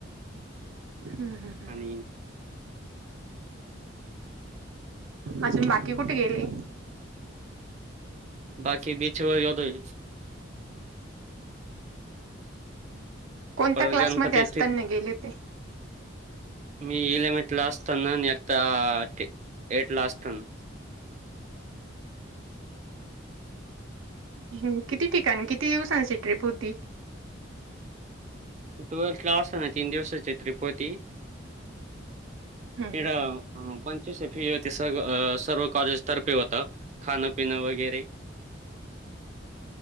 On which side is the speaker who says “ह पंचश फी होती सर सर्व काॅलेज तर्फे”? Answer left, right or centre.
Right